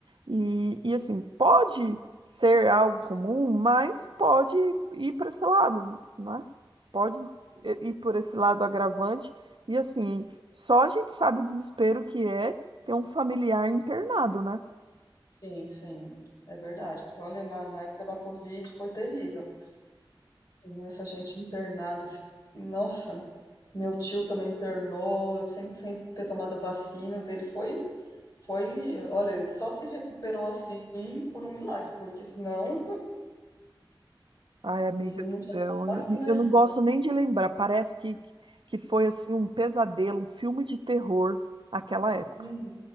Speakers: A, on the right; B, on the left.
A: e, e, assim, pode ser algo comum, mas pode ir para esse lado, né? Pode ir por esse lado agravante e, assim, só a gente sabe o desespero que é ter um familiar internado, né?
B: Sim, sim, é verdade. Porque olha, na, na época da Covid foi terrível. Com Essa gente internada, esse- nossa, meu tio também internou sem, sem ter tomado vacina. O dele foi, foi, olha, ele só se recuperou assim por um milagre, porque senão,
A: Ai, amiga
B: e ele não
A: do céu,
B: tinha tomado vacina
A: eu
B: ainda.
A: não gosto nem de lembrar. Parece que, que foi assim um pesadelo, um filme de terror aquela época.
B: Uhum.